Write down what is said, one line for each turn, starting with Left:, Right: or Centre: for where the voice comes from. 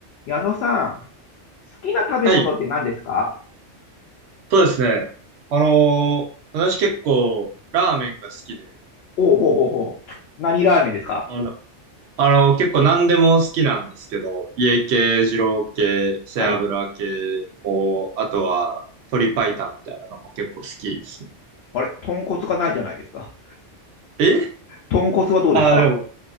Left: 矢野さん、好きな食べ物って何ですか
Right: はい、そうですね。あのー私結構ラーメンが好きで、
Left: おうほうほうほう。何ラーメンですか
Right: あの、あのー結構何でも好きなんですけど、家系、二郎系、背脂系も、
Left: はい。
Right: あとは鶏白湯みたいなのも結構好きですね。
Left: あれ豚骨がないじゃないですか。
Right: え
Left: 豚骨はどうですか
Right: ああー、でも、い